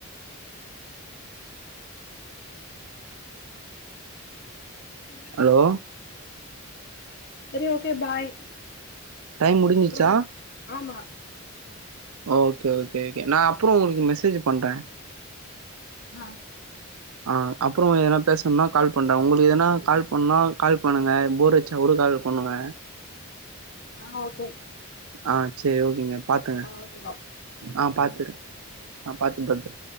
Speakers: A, on the left (about 50°); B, on the right (about 75°).
A: ம் ம் செரி
B: ஹலோ
A: செரி ஓகே பாய்
B: டைம் முடிஞ்சிச்சா
A: அப்றோ பாப் ஆமா
B: ஓகே ஓகே ஓகே நா அப்றோ உங்களுக்கு மெசேஜ் பண்றே.
A: ஆ
B: ஆ அப்றோ எதுனா பேசனுன்னா கால் பண்றே உங்களுக்கு எதுனா கால் பண்னா கால் பண்ணுங்க போரடிச்சா கூட கால் பண்ணுங்க
A: ஆ ஓகே
B: ஆ சேரி ஓகேங்க பாத்துங்க
A: ஆ ஓகே பாய்
B: ஆ பாத்துரு ஆ பாத்து பத்தர